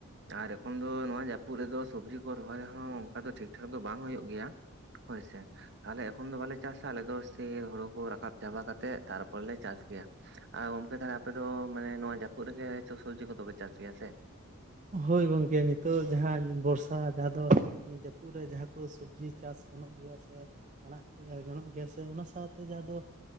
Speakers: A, on the right; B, on the right.
A: ᱟᱨ ᱮᱠᱷᱚᱱ ᱫᱚ ᱱᱚᱣᱟ ᱡᱟᱹᱯᱩᱫ ᱨᱮᱫᱚ ᱥᱚᱵᱽᱡᱤ ᱠᱚ ᱨᱚᱦᱚᱭ ᱦᱚᱸ ᱚᱱᱠᱟ ᱫᱚ ᱴᱷᱤᱠ ᱴᱷᱟᱠ ᱫᱚ ᱵᱟᱝ ᱦᱩᱭᱩᱜ ᱜᱮᱭᱟ᱾ ᱦᱳᱭᱥᱮ ᱛᱟᱦᱞᱮ ᱮᱠᱷᱚᱱ ᱫᱚ ᱵᱟᱞᱮ ᱪᱟᱥᱟ ᱟᱞᱮ ᱫᱚ ᱥᱮ ᱦᱩᱲᱩ ᱠᱩ ᱨᱟᱠᱟᱵ ᱪᱟᱵᱟ ᱠᱟᱛᱮᱫᱼᱼ ᱛᱟᱨᱯᱚᱨᱮ ᱞᱮ ᱪᱟᱥ ᱜᱮᱭᱟ᱾ ᱟᱨ ᱜᱚᱝᱠᱮ ᱫᱷᱟᱨᱟ ᱟᱯᱮ ᱫᱚ ᱢᱟᱱᱮ ᱱᱚᱣᱟ ᱡᱟᱹᱯᱩᱫ ᱨᱮᱜᱮ ᱥᱚᱵᱽᱡᱤ ᱠᱚᱫᱚ ᱯᱮ ᱪᱟᱥ ᱜᱮᱭᱟ ᱥᱮ?
B: ᱦᱳᱭ ᱜᱚᱢᱠᱮ ᱱᱤᱛᱚᱜ ᱡᱟᱦᱟᱸ ᱵᱚᱨᱥᱟ ᱡᱟᱦᱟᱸ ᱫᱚ᱾ ᱡᱟᱹᱯᱩᱫ ᱨᱮ ᱡᱟᱦᱟᱸ ᱠᱚ ᱥᱚᱵᱽᱡᱤ ᱪᱟᱥ ᱜᱟᱱᱚᱜ ᱜᱮᱭᱟᱼᱼ ᱟᱲᱟᱜ ᱠᱚ ᱮᱨ ᱜᱟᱱᱚᱜ ᱜᱮᱭᱟ ᱥᱮ ᱚᱱᱟ ᱥᱟᱶᱛᱮ ᱡᱟᱦᱟᱸ ᱫᱚᱼᱼ